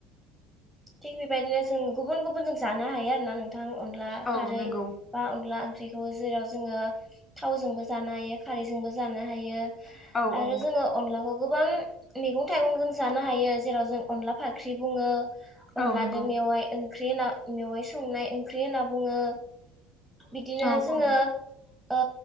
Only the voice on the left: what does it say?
औ
नंगौ
औ
औ
औ नंगौ
औ
औ